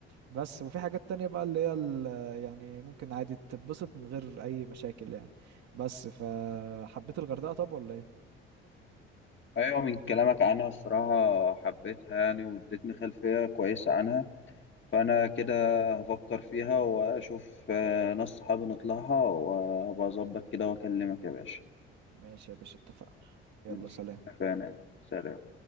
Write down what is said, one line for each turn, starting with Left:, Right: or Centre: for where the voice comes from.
Right: بس وفي حاجات تانية بقى اللي هي ال- يعني ممكن عادي تتبسط من غير اي مشاكل يعني بس فحبيت الغردقه طب ولا ايه
Left: أيوة من كلامك عنها الصراحة حبيتها يعني وادتني خلفية كويسة عنها فأنا كده هفكر فيها وأشوف آه، ناس صحابي نطلعها وأبقى أظبط كده وأكلمك يا باشا.
Right: ماشي يا باشا اتفقنا يلا
Left: ماشي
Right: سلام
Left: اتفقنا سلام